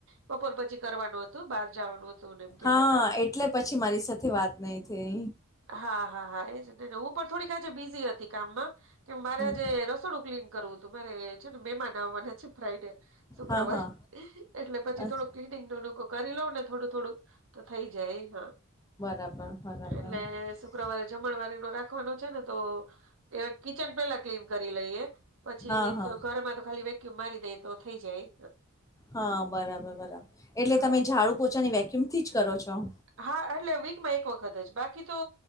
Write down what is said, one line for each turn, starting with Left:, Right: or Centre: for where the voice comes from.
Right: બપોર પછી કરવાનું હતું બહાર જવાનું હતું. ને એમ કેતા
Left: હા
Right: હતા.
Left: એટલે પછી મારી સાથે વાત નહી થઈ.
Right: હા હા હા એજ નેને હું પણ થોડીક બીઝી હતી કામમાં કે મારે.
Left: હમ,
Right: ને રસોડું ક્લીન કરવું હતું મારે છે ને મહેમાન આવવાના છે ફ્રાઇડે. શુક્રવાર
Left: હા હા
Right: એટલે પછી
Left: અચ્છા,
Right: થોડું ક્લીનિંગ નન કરી લઉ ને થોડું થોડું. તો થઈ જાય હા.
Left: પણરાબ
Right: એટલે
Left: <inaudible>
Right: શુક્રવારે જમણવારે એનો રાખવાનો છે ને તો એ કિચન પેલા ક્લીન કરી લઈએ. પછી
Left: હા
Right: તો
Left: હા
Right: ઘરમાં તો ખાલી વેક્યુમ મારી દે તો થઈ જાય.
Left: હા બરાબર બરાબર એટલે
Right: હા
Left: તમે ઝાડુ પોચાની વેક્યુમ થી જ કરો છો.
Right: હા એટલે વીકમાં એક વખત જ બાકી તો